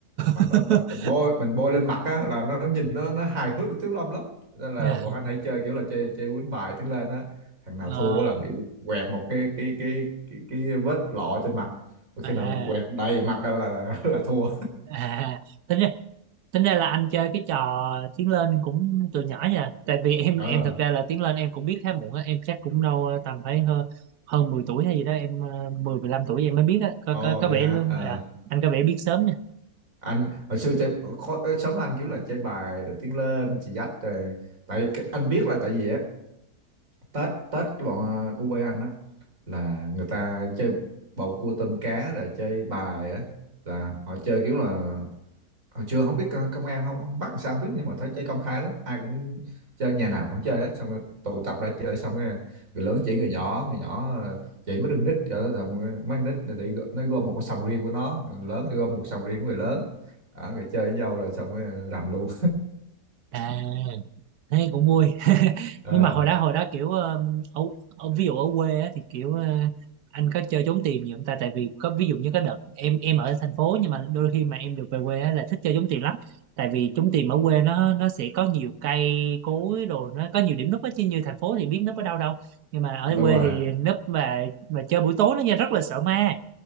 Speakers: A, on the right; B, on the right.
A: mà
B: <laughs>
A: nó mình mình bôi mình bôi lên mặt á là nó nhìn nó nó hài hước nó thiếu Lâm lắm nên là
B: dạ
A: bọn anh hãy chơi kiểu là chơi chơi quýnh bài tiếng lên á thằng nào
B: Ờ,
A: thua là bị quẹt một cái cái cái cái, cái vết lọ trên mặt Và
B: à,
A: khi nào quẹt đầy mặt là là, <laughs> là thua
B: à tính ra, tính ra là anh chơi cái trò tiến lên cũng từ nhỏ nha tại vì em
A: ờ
B: em thực ra là tiến lên em cũng biết khá muộn á em chắc cũng đâu ờ, tầm phải hơn hơn 10 tuổi hay gì đó em ờ, mười mười lăm tuổi em mới biết á có
A: ồ
B: có,
A: vậy
B: có vẻ
A: hả
B: luôn
A: Ờ.
B: à, anh có vẻ biết sớm nha
A: anh hồi xưa chơi khó, sớm anh kiểu là chơi bài rồi tiếng lên chị dắt rồi tại cái- anh biết là tại vì á Tết Tết cái bọn u ở anh á là người ta chơi bầu cua tôm cá rồi chơi bài á là họ chơi kiểu là hồi chưa không biết ờ, công an không, không bắt làm sao không biết nhưng mà thấy chơi công khai lắm ai cũng chơi nhà nào cũng chơi hết xong rồi tụ tập ra chơi xong rồi người lớn chỉ người nhỏ người nhỏ ờ, chỉ mới đừng nít rồi đó, xong rồi mấy con nít này thì nó gom một cái sòng riêng của nó người lớn thì gom một sòng riêng của người lớn Đó, rồi chơi với nhau rồi xong rồi rành luôn
B: à thế cũng vui
A: Ờ.
B: nhưng mà hồi đó hồi đó kiểu um, ở, ở ví dụ ở quê á, thì kiểu ờ, anh có chơi trốn tìm nhiều không ta tại vì có ví dụ như có đợt em em ở thành phố nhưng mà đôi khi mà em được về quê á, là thích chơi trốn tìm lắm tại vì trốn tìm ở quê nó nó sẽ có nhiều cây cối đồ nó có nhiều điểm núp á chứ như thành phố thì biết núp ở đâu đâu nhưng mà ở
A: đúng
B: quê
A: rồi
B: thì núp mà mà chơi buổi tối nó nha rất là sợ ma